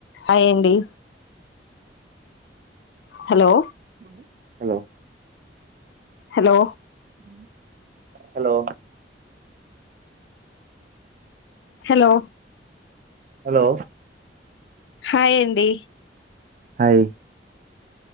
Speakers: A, on the left; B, on the right.
A: హాయ్ అండి hello
B: hello
A: hello
B: hello
A: hello
B: hello
A: hi అండి
B: హాయ్